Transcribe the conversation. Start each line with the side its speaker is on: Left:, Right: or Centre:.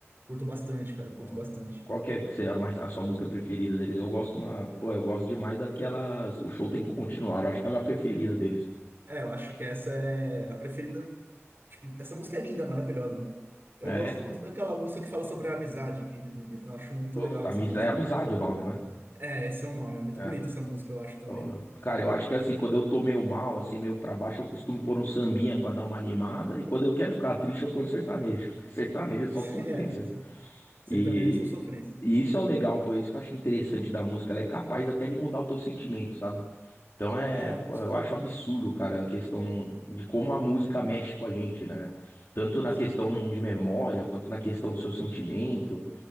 Right: Curto bastante, cara, curto
Left: Ó,
Right: bastante.
Left: Qual que é que você, a, mais, a sua música preferida deles? Eu gosto uma, pô, eu gosto demais daquelas, o show tem que continuar, eu acho que é a minha preferida deles.
Right: É, eu acho que essa é a preferida. acho que Essa música é linda, maravilhosa, né? Eu
Left: É,
Right: gosto
Left: então.
Right: muito daquela música que fala sobre a amizade, que eu acho muito
Left: Puta,
Right: legal essa
Left: amizade,
Right: música.
Left: é amizade o nome, não é?
Right: É, esse é o nome, é muito
Left: É.
Right: bonita essa música, eu acho também.
Left: Ó, Cara, eu acho que assim, quando eu tô meio mal, assim, meio pra baixo, eu costumo pôr um sambinha pra dar uma animada, e quando eu quero ficar triste, eu ponho sertanejo. <laughs> Sertanejo é só
Right: <laughs>
Left: sofrência,
Right: É, sertanejo
Left: E,
Right: é só sofrência.
Left: e isso é o legal, pô, é isso que eu acho interessante da música, ela é capaz até de mudar o teu sentimento, sabe? Então é,
Right: É, a
Left: pô,
Right: música,
Left: eu acho absurdo, cara, a questão de como a música mexe com a gente, né? Tanto na
Right: sim,
Left: questão de memória, quanto na questão do seu sentimento,